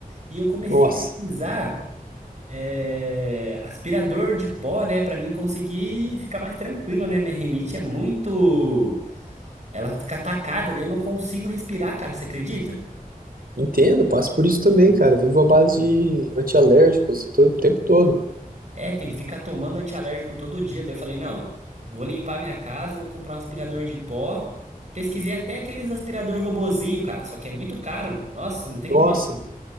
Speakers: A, on the right; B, on the right.
A: E eu comecei
B: Nossa,
A: a pesquisar é, aspirador de pó, né? Pra mim conseguir ficar mais tranquilo, né? Minha rinite é muito... Ela fica atacada, daí eu não consigo respirar, cara, você acredita?
B: entendo, passo por isso também, cara. Vivo à base de antialérgicos todo, o tempo todo.
A: É, tem que ficar tomando antialérgico todo dia. Daí eu falei, não, vou limpar minha casa, vou comprar um aspirador de pó. Pesquisei até aqueles aspirador robozinho, cara, só que é muito caro. Nossa, não tem
B: Nossa,
A: condição.